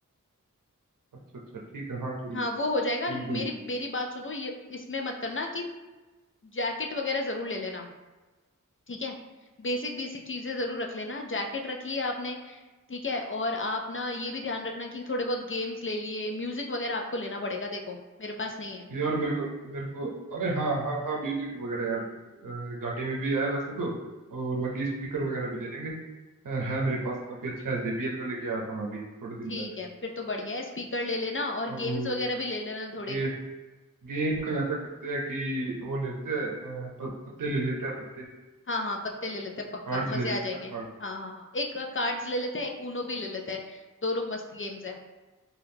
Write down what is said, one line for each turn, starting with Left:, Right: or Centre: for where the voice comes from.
Right: अच्छा अच्छा ठीक है हाँ क्यों नहीं
Left: हाँ वो हो जाएगा
Right: बिल्कुल
Left: मेरी मेरी बात सुनो ये इसमें मत करना कि जैकेट वगैरह जरूर ले लेना ठीक है बेसिक बेसिक चीजें जरूर रख लेना जैकेट रख लिया आपने ठीक है और आप ना ये भी ध्यान रखना कि थोड़े बहुत गेम्स ले लिए म्यूजिक वगैरह आपको लेना पड़ेगा देखो मेरे पास नहीं है
Right: यार मेरे को मेरे को अरे हाँ हाँ हाँ म्यूजिक वगैरह यार अ, गाड़ी में भी आया वैसे तो और बाकी स्पीकर वगैरह भी ले लेंगे अ, है मेरे पास काफी अच्छा है जेबीएल का लेके आया था मैं अभी थोड़े दिन
Left: ठीक
Right: पहले
Left: है फिर तो बढ़िया है स्पीकर ले लेना और
Right: और
Left: गेम्स वगैरह भी ले लेना थोड़े
Right: गे, गेम का ऐसा करते हैं कि वो ले लेते हैं अ, प, पत्ते ले लेते हैं पत्ते
Left: हाँ हाँ पत्ते ले लेते हैं पक्का
Right: कार्ड्स
Left: मजे
Right: ले लेते
Left: आ जाएंगे
Right: हैं ना कार्ड
Left: हाँ हाँ हाँ, एक कार्ड्स ले लेते हैं एक ऊनो भी ले लेते हैं दोनों मस्त गेम्स है